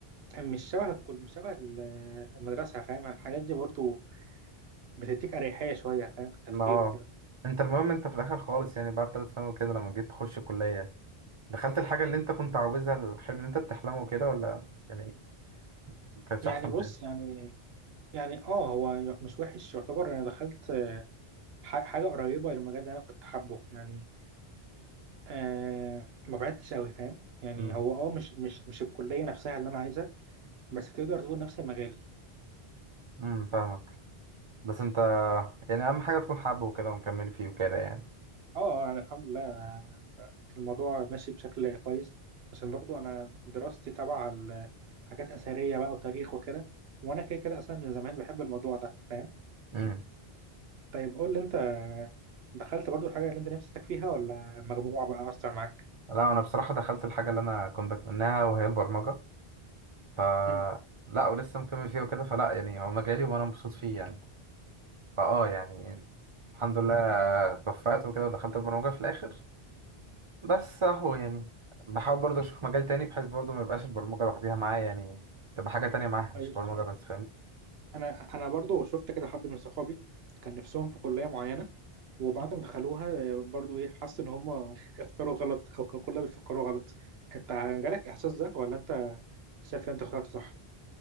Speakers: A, on the right (about 75°); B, on the right (about 50°).
A: مش شبه الكل مش شبه ال- المدرسة فاهم الحاجات دي برضو بتديك أريحية شوية فاهم في التفكير
B: ما هو
A: وكده
B: أنت المهم أنت في الآخر خالص يعني بعد تالت ثانوي كده لما جيت تخش الكلية دخلت الحاجة اللي أنت كنت عاوزها الحلم اللي أنت بتحلمه كده ولا يعني ما كانتش
A: يعني
B: أحسن
A: بص
B: حاجة؟
A: يعني يعني اه هو مش وحش يعتبر انا دخلت ح- حاجة قريبة للمجال اللي انا كنت حابه يعني آه ما بعدتش قوي فاهم يعني
B: أمم
A: هو اه مش مش مش الكلية نفسها اللي انا عايزها بس تقدر تقول نفس المجال
B: أمم فاهمك بس انت يعني اهم حاجه تكون حابه وكده ومكمل فيه وكده يعني
A: اه يعني الحمد لله الموضوع ماشي بشكل كويس عشان برضو انا دراستي تبع ال- حاجات اثريه بقى وتاريخ وكده وانا كده كده اصلا من زمان بحب الموضوع ده فاهم
B: امم
A: طيب قول لي انت دخلت برضو الحاجه اللي انت نفسك فيها ولا مجموعه بقى اثر معاك
B: لا انا بصراحه دخلت الحاجه اللي انا كنت بتمناها وهي البرمجه ف
A: مم.
B: لا ولسه مكمل فيها وكده فلا يعني هو مجالي وانا مبسوط فيه يعني فاه يعني الحمد لله توفقت وكده ودخلت البرمجه في الاخر بس اهو يعني بحاول برضه اشوف مجال تاني بحيث برضه ما يبقاش البرمجه لوحديها معايا يعني تبقى حاجه تانية معايا مش
A: طيب
B: برمجه بس فاهمني
A: انا انا برضو شفت كده حد من صحابي كان نفسهم في كليه معينه وبعد ما دخلوها برضو ايه حس ان هم <laughs> اختاروا غلط او كانوا كلها بيفكروا غلط انت جالك احساس ده ولا انت شايف ان انت اخترت صح